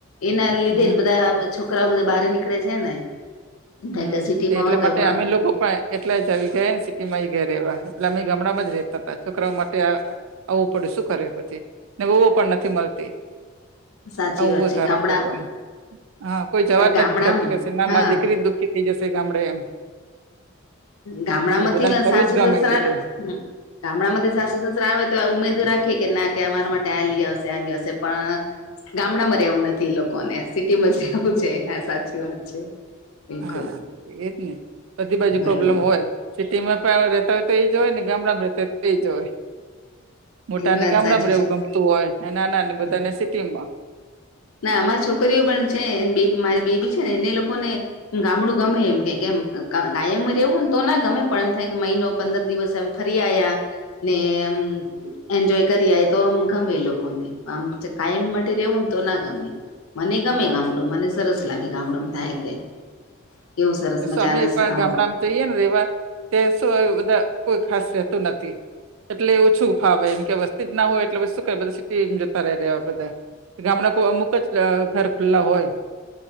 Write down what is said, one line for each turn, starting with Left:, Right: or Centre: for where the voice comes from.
Left: એના લીધે
Right: હમ
Left: બધા છોકરાઓ બધા બહાર નીકળે છે ને. એમ
Right: હમ!
Left: થાય કે સિટીમાં
Right: એટલા
Left: હોય તો
Right: માટે
Left: ભણતા
Right: અમે લોકો પણ. એટલે જ આવી ગયા ને સિટીમાં એ ઘરવા એટલે અમે ગામડામાં જ રેતા હતા છોકરાઓ માટે. આવવું પડે શું કરે પછી, ને વ પણ નથી મળતી.
Left: સાચી
Right: આવું
Left: વાત
Right: એ
Left: છે
Right: કારણ
Left: ગામડા
Right: બધું. હા કોઈ જવાજ
Left: ગામડા
Right: નથી કરતું કે સિના
Left: હા
Right: માંધ. દુખી થઈ જશે કે આપણે એમ.
Left: ગામડા
Right: એટલે
Left: માંથી
Right: બધાને ફરવું
Left: સાસુ
Right: જ ગમે
Left: સસરાલા.
Right: બધું
Left: ગામડામાંથી સાસુ સસરા આવે તો ઉમેદર રાખીએ કે ના કે અમારા માટે આલી આવશે આલીઆવશે પણ ગામડામાં રહેવું નથી લોકો ને સિટી માં જ રહેવું છે હા સાચી વાત છે. બિલકુલ
Right: હા એજ ને બધી બાજુ
Left: બરોબર
Right: પ્રોબ્લેમ હોય સિટી માં પણ રેતા હોય તો એ જ હોય ને ગામડામાં રેતા હોય તો જ હોય મોટાને
Left: એ વાત
Right: ગામડામાં
Left: સાચી
Right: રહે
Left: છે
Right: એવું ગમતું હોય નાના ને બધાને
Left: હા
Right: સિટી માં
Left: ના અમાર છોકરીઓ પણ છે બે મારી બેબી છે ને એને લોકો ને ગામડું ગમે એમ કે કેમ કાયમ રેવુંને તો ના ગમે પણ એમ થાય કે મહિનો પંદર દિવસ એમ ફરી આયા નેમ એન્જોય કરીયા તો આમ ગમે લોકોને આમ પ કમ માટે રહેવું ને તો ના ગમે મને ગમે
Right: હા
Left: ગામડો મને સરસ લાગે ગામડો આયા કે કેવું સરસ
Right: તો
Left: મજાને
Right: અમે પણ
Left: આવા
Right: ગામડામાં જઈએ ને રેવા ત શું બધા કોઈ ખાસ રહેતું નથી એટલે ઓછું ફાવે એમ કે વસ્તી જ ના હોય એટલે જતા ર્યા બધા ગામડા કો અમુક જ ઘર ખુલ્લા હોય